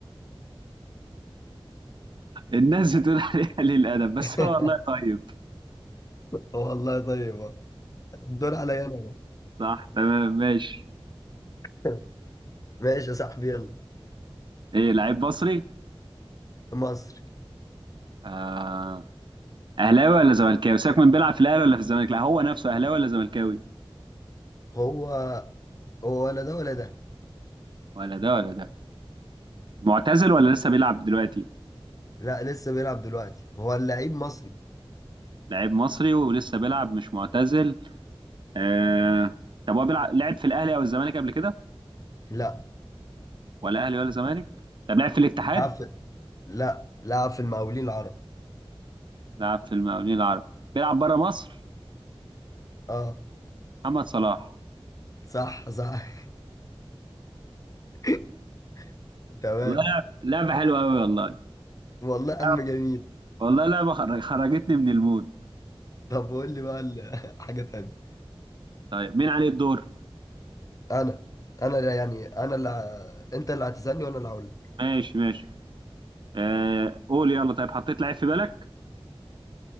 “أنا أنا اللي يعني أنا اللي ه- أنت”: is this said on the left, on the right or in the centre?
Left